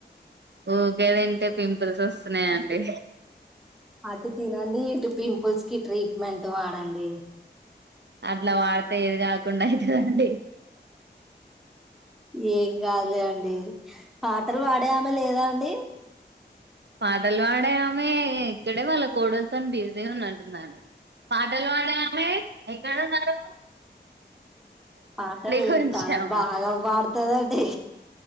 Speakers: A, on the right; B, in the centre.
A: ఊకే తింటే పింపుల్స్ వస్తున్నాయా అండి
B: అటు తినండి ఇటు పింపుల్స్ కి ట్రీట్మెంట్ వాడండి
A: అట్లా వాడితే ఏది కాకుండా అయితదండి
B: ఏం కాదులే అండి పాటలు పాడే అమె లేదా అండి
A: పాటలు పాడే ఆమె ఇక్కడే వాళ్ళ కోడలతోని బిజీ ఉన్నట్లుందండి పాటలు పాడే ఆమె ఎక్కడ ఉన్నారు
B: పాటలు
A: కొంచెం
B: చాలా బాగా వాడుతందండి